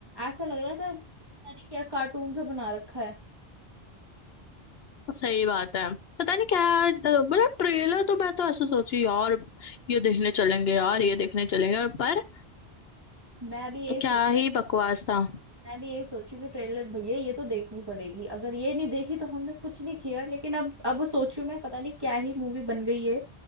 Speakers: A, on the right (about 25°); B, on the left (about 75°).
A: ऐसा लग रहा था पता नहीं क्या कार्टून सा बना रखा है
B: सही बात है पता नहीं क्या अ, मतलब ट्रेलर तो मैं तो ऐसा सोची यार ये देखने चलेंगे यार ये देखने चलेंगे और पर
A: मैं भी यही सोच
B: क्या ही बकवास था
A: मैं भी यही सोची कि ट्रेलर भैया ये तो देखनी पड़ेगी अगर ये नहीं देखी तो हमने कुछ नहीं किया लेकिन अब अब सोचू मैं पता नहीं क्या ही मूवी बन गई है